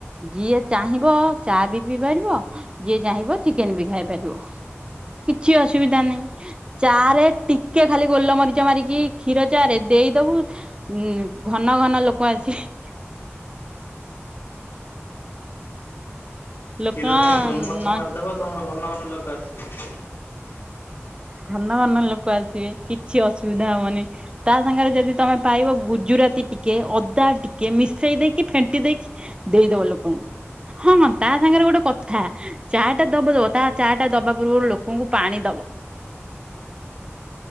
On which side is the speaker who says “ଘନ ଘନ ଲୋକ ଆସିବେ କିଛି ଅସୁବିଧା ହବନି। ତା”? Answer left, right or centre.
Right